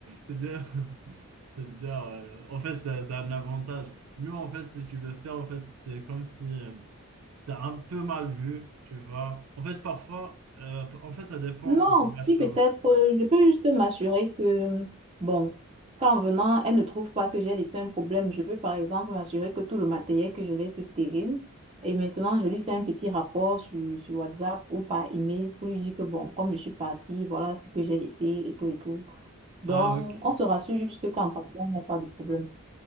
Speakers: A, on the right; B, on the right.
A: c'est bien. C'est bien, ouais. En fait, ça, ça a un avantage. Nous, en fait, si tu le fais, en fait, c'est comme si euh, c'est un peu mal vu, tu vois. En fait, parfois, euh, en fait, ça dépend
B: Non,
A: de la charge.
B: si peut-être, euh, je peux juste m'assurer que, bon, qu'en venant, elle ne trouve pas que j'ai laissé un problème. Je peux par exemple m'assurer que tout le matériel que je laisse est stérile. Et maintenant, je lui fais un petit rapport sur, sur WhatsApp ou par email pour lui dire que, bon, comme je suis partie, voilà ce que j'ai laissé et tout et tout. Donc,
A: Ah, ok,
B: on se rassure juste qu'en partant, il n'y a pas de problème.